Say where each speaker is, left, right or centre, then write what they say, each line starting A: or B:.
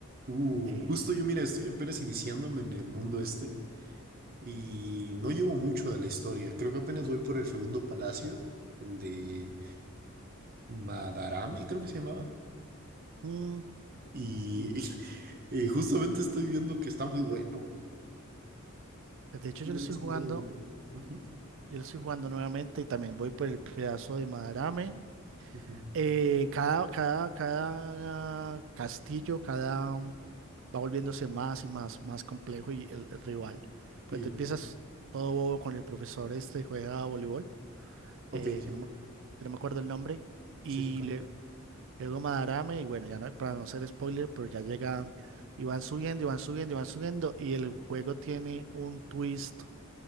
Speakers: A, on the right; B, on the right.
A: Uh,
B: Eh,
A: justo yo, mira, estoy apenas iniciándome en el mundo este y no llevo mucho de la historia. Creo que apenas voy por el segundo palacio, el de Madarame, creo que se llamaba.
B: mm,
A: Y
B: ujú.
A: <laughs> eh, justamente estoy viendo que está muy bueno.
B: Pues de hecho
A: ¿Ya
B: yo lo
A: habías
B: estoy jugando,
A: jugado alguno? Ujú,
B: yo lo estoy jugando nuevamente y también voy por el pedazo de Madarame.
A: ujú.
B: Eh, cada, cada, cada castillo, cada um, va volviéndose más y más, más complejo y el, el rival. Pues
A: Sí,
B: te
A: a
B: empiezas
A: ver.
B: todo bobo con el profesor este juega voleibol,
A: Ok,
B: eh,
A: sí.
B: que no me, que no me acuerdo el nombre, y
A: Sí, está.
B: le Llegó Madarame y bueno, ya no, para no ser spoiler, pero ya llegan y van subiendo y van subiendo y van subiendo y el juego tiene un twist